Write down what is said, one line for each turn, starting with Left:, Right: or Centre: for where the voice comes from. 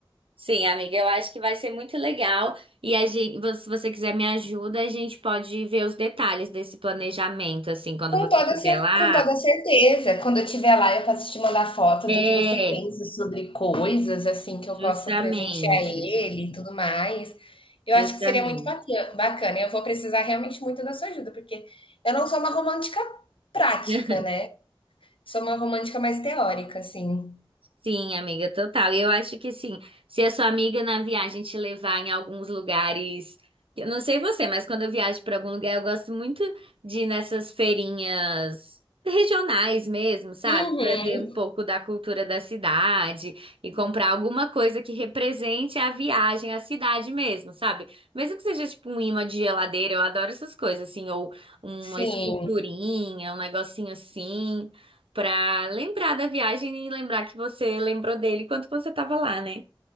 Right: Sim, amiga, eu acho que vai ser muito legal. E a gente, vo- se você quiser me ajuda, a gente pode ver os detalhes desse planejamento, assim, quando
Left: Com
Right: você
Left: toda,
Right: estiver
Left: cer-
Right: lá.
Left: com toda certeza. Quando eu estiver lá, eu posso te mandar foto
Right: É,
Left: do que você pensa sobre coisas, assim, que eu
Right: justamente,
Left: posso presentear ele e tudo mais. Eu
Right: justamente.
Left: acho que seria muito baca- bacana. Eu vou precisar realmente muito da sua ajuda, porque eu não sou uma romântica prática,
Right: <laughs>
Left: né? Sou uma romântica mais teórica, assim.
Right: Sim, amiga, total. E eu acho que sim, se a sua amiga na viagem te levar em alguns lugares, eu não sei você, mas quando eu viajo para algum lugar, eu gosto muito de ir nessas feirinhas regionais mesmo, sabe?
Left: Uhum,
Right: Para ver um pouco da cultura da cidade e comprar alguma coisa que represente a viagem, a cidade mesmo, sabe? Mesmo que seja tipo um imã de geladeira, eu adoro essas coisas assim, ou uma
Left: sim,
Right: esculturinha, um negocinho assim pra lembrar da viagem e lembrar que você lembrou dele quando você tava lá, né?